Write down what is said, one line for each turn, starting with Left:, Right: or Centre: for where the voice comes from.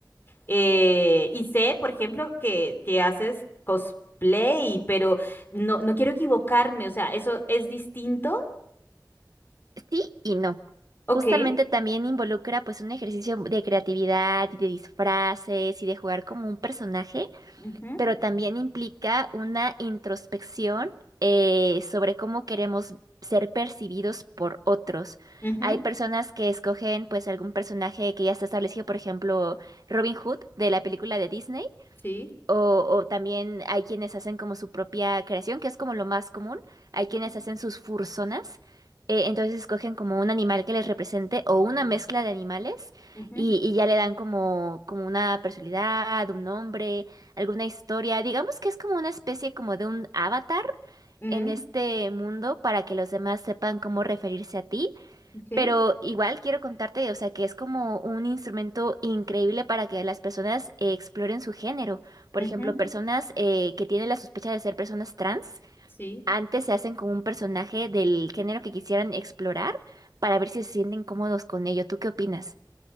Left: eh, y sé, por ejemplo, que, que haces cosplay, pero no, no quiero equivocarme, o sea, ¿eso es distinto?
Right: Sí y no.
Left: Ok.
Right: Justamente también involucra pues un ejercicio de creatividad y de disfraces y de jugar como un personaje.
Left: Ujú,
Right: pero también implica una introspección eh, sobre cómo queremos ser percibidos por otros.
Left: ujú,
Right: Hay personas que escogen pues algún personaje que ya está establecido, por ejemplo, Robin Hood de la película de Disney
Left: Sí.
Right: o, o también hay quienes hacen como su propia creación, que es como lo más común. Hay
Left: Ujú,
Right: quienes hacen sus fursonas. eh, entonces escogen como un animal que les represente o una mezcla de animales
Left: ujú,
Right: y, y ya le dan como, como una personalidad, un nombre, alguna historia. Digamos que es como una especie como de un avatar
Left: mm,
Right: en este mundo para que los demás sepan cómo referirse a ti.
Left: ok,
Right: Pero igual quiero contarte, o sea, que es como un instrumento increíble para que las personas eh, exploren su género. Por
Left: ujú,
Right: ejemplo, personas eh, que tienen la sospecha de ser personas trans,
Left: Sí.
Right: antes se hacen con un personaje del género que quisieran explorar para ver si se sienten cómodos con ello. ¿Tú qué opinas?